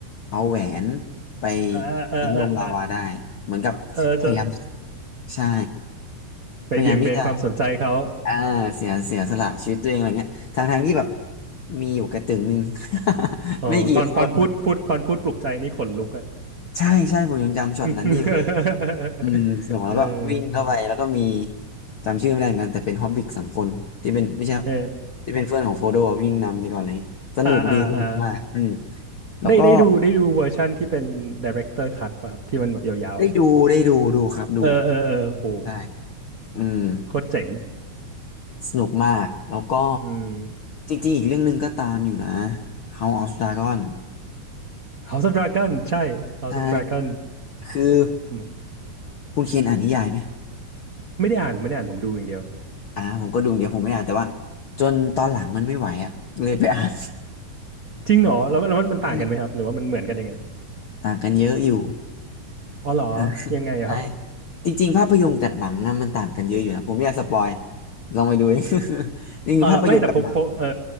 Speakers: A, on the left; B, on the right.
A: เอาแหวนไป
B: เออเออเออเออ
A: ทิ้งลงลาวาได้เหมือนกับพยายาม
B: เออจะ
A: ใช่
B: ไปเบี่ยงเบนความสนใจเขา
A: พยายามที่จะอ่าเสียเสียสละชีวิตตัวเองอะไรเงี้ยทางทางที่แบบมีอยู่กระตึงหนึ่ง <laughs>
B: อ๋อตอนตอนพูดพูดตอนพูดปลุกใจนี่ขนลุกอะ
A: ไม่กี่คนใช่ใช่ผมยังจำช็อตนั้นนี่อยู่เลย
B: <laughs>
A: อืมสนุกแล้วก็วิ่งเข้าไปแล้วก็มี
B: เออ
A: จำชื่อไม่ได้เหมือนกันแต่เป็นฮอบบิกสองคนที่เป็นไม่ใช่
B: เออ
A: ที่เป็นเพื่อนของโฟโดวิ่งนำไปก่อนอะไรเลยสนุกดีสนุกมากอืม
B: อ่าอ่าอ่า
A: แล้วก็
B: ได้ได้ดูได้ดูเวอร์ชั่นที่เป็น director cut ป่ะครับที่มันแบบยาวๆเลย
A: ได้ดูได้ดูดูครับดู
B: เออเออเออโห
A: ใช่อืม
B: โคตรเจ๋ง
A: สนุกมากแล้วก็
B: อืม
A: จริงๆอีกเรื่องหนึ่งก็ตามอยู่นะ House of Dragon
B: House of Dragon ใช่ House
A: ใช่
B: of Dragon
A: คือ
B: อืม
A: คุณเคนอ่านนิยายไหม
B: ไม่ได้อ่านไม่ได้อ่านผมดูอย่างเดียว
A: อ่าผมก็ดูเดี๋ยวผมไม่อ่านแต่ว่าจนตอนหลังมันไม่ไหวอ่ะเลยไปอ่าน
B: จริงเหรอแล้วแล้วมันมันต่างกันไหมครับหรือว่ามันเหมือนกันยังไง
A: <laughs> ใช่ต่างกันเยอะอยู่
B: อ๋อเหรอยังไงอะครับ
A: อ่ะใช่จริงๆภาพยนตร์กับหนังอะมันต่างกันเยอะอยู่นะผมไม่อยากสปอยลองไปดูเอง <laughs> จริงๆภาพยนตร์กับหนัง
B: อ๋อเหรอไม่แต่ผมผมเออ